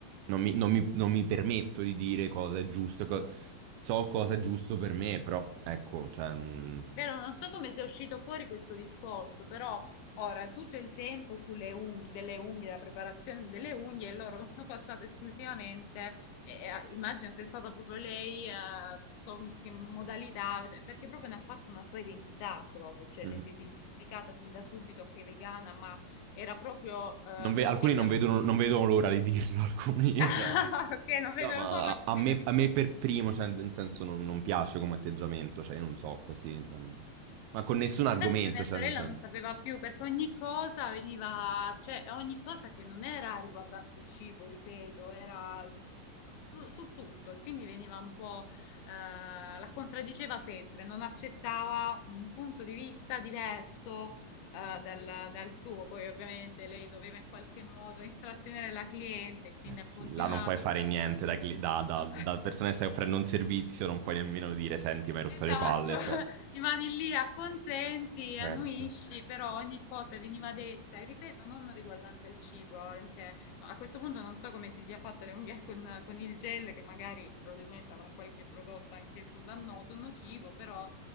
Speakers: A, on the right (about 80°); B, on the left (about 80°).
A: non mi, non mi- non mi permetto di dire cosa è giusto, co- so cosa è giusto per me, però ecco, cioè, mm,
B: Vero, non so come sia uscito fuori questo discorso, però ora tutto il tempo sulle unghie, delle unghie, la preparazione delle unghie, e loro <laughs> l'hanno passato esclusivamente, e, e, ah, immagino sia stata proprio lei, eh, non so in che modalità, cioè, perché proprio ne ha fatto una sua identità proprio, cioè
A: mhm.
B: lei si è identificata sin da subito che è vegana, ma era proprio, ehm,
A: Non ve- alcuni
B: sì che
A: non
B: è uno
A: vedono,
B: stile
A: non
B: di
A: vedono
B: vita.
A: l'ora di dirlo, <laughs> alcuni,
B: <laughs>
A: cioè.
B: Ok, non vedo
A: No, ma
B: l'ora
A: a,
B: subito
A: a me,
B: di
A: a
B: condividere.
A: me per primo, cioè, nel senso, non, non piace come atteggiamento, cioè, io non so così, cioè, mm, ma con nessun argomento,
B: Infatti poi mia
A: cioè,
B: sorella
A: nel senso...
B: non sapeva più perché ogni cosa veniva, cioè ogni cosa che non era riguardante il cibo, ripeto, era mm, su, su- su tutto e quindi veniva un po', eh, la contraddiceva sempre, non accettava un punto di vista diverso, eh, dal, dal suo. Poi ovviamente lei doveva in qualche modo intrattenere la cliente, quindi
A: Eh,
B: ha
A: sì,
B: continuato
A: là non puoi fare
B: a parlarci.
A: niente da, cli- da- da-
B: <laughs>
A: da persona che stai offrendo un servizio, non puoi nemmeno dire, senti, mi hai rotto
B: Esatto,
A: le palle,
B: <laughs>
A: certo.
B: rimani lì, acconsenti,
A: Certo.
B: annuisci, però ogni cosa veniva detta, e ripeto, non riguardante il cibo, anche no, a questo punto non so come si sia fatto le unghie con, con il gel, che magari probabilmente avrà qualche prodotto anch'esso dannoso, nocivo, però